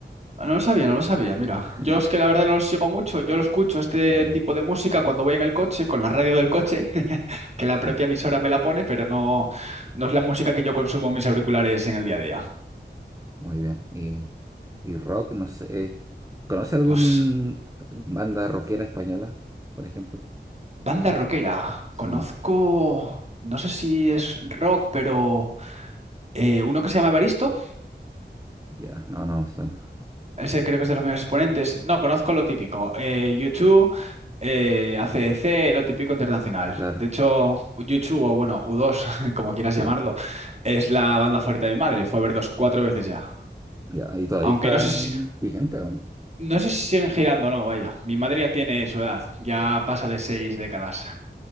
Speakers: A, on the right; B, on the right.
A: Ah, No lo sabía, no lo sabía, mira.
B: <laughs>
A: Yo
B: ¿No?
A: es que la verdad no lo sigo mucho, yo lo escucho este
B: Ah, ya.
A: tipo de música cuando voy en el coche, con la radio del coche, <laughs> que la
B: Sí,
A: propia emisora me la pone, pero no, no es la música que yo consumo en mis auriculares en el día a día.
B: muy bien. Y, y rock, no sé, eh, ¿conoce algún
A: Pues
B: banda rockera española, por ejemplo?
A: banda rockera,
B: Sí,
A: conozco, no sé si es rock, pero eh, uno que se llama Evaristo.
B: ya, no, no, suena.
A: Ese creo que es de los mayores exponentes. No, conozco lo típico. Eh, U2, eh, ACDC, lo típico internacional.
B: Claro,
A: De hecho, YouTube o bueno, U2, <laughs> como quieras
B: sí,
A: llamarlo, es la banda favorita de mi madre. Fue a verlos cuatro veces ya.
B: ya. ¿Y todavía
A: Aunque
B: están
A: no sé si,
B: vigentes o no?
A: no sé si siguen girando o no, vaya. Mi madre ya tiene su edad, ya pasa de seis décadas.